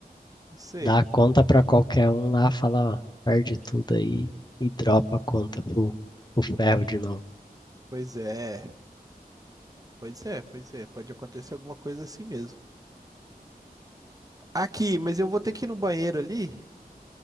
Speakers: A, on the right (about 20°); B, on the left (about 25°).
A: Não sei.
B: dá conta pra qualquer um lá, fala, ó, perde tudo aí e dropa a conta pro, pro ferro de novo.
A: Pois é. Pois é, pois é. Pode acontecer alguma coisa assim mesmo. Aqui, mas eu vou ter que ir no banheiro ali.